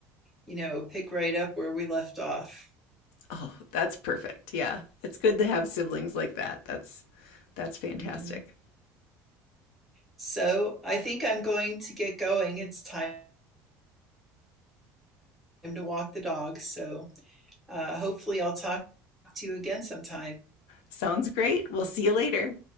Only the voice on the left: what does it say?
oh, that's perfect. Yeah. It's good to have siblings like that. That's that's fantastic.
Sounds great. We'll see you later.